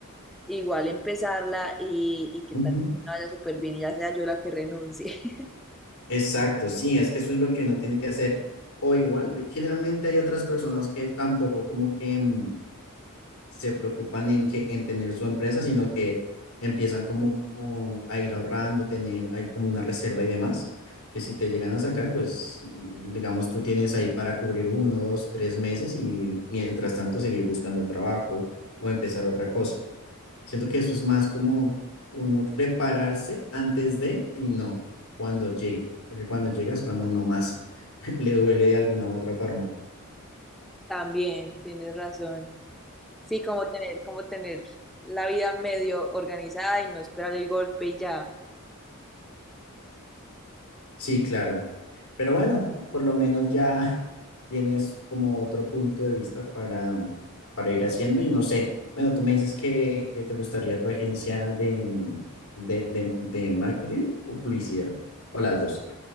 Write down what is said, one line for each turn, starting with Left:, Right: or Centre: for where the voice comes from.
Centre: igual empezarla y, y que
Left: Ujú.
Centre: tal vez no vaya súper bien y ya sea yo la que renuncie. <laughs>
Left: Exacto, sí, es que eso es lo que uno tiene que hacer. O igual, generalmente hay otras personas que tampoco como que... mm, se preocupan en que en tener su empresa, sino que empiezan como, como a ir ahorrando, tener ahí como una reserva y demás, que si te llegan a sacar, pues digamos tú tienes ahí para cubrir uno, dos, tres meses y mientras tanto seguir buscando trabajo o empezar otra cosa. Siento que eso es más como uno prepararse antes de y no cuando llegue, porque cuando llegas cuando no más <laughs> le duele de alguna u otra forma.
Centre: También tienes razón. Sí, como tener, como tener la vida medio organizada y no esperar el golpe y ya.
Left: Sí, claro. Pero bueno, por lo menos ya <laughs> tienes como otro punto de vista para, para ir haciendo y no sé, bueno, tú me dices que, que te gustaría tu agencia de, mm, de, de- de marketing o publicidad, o las dos,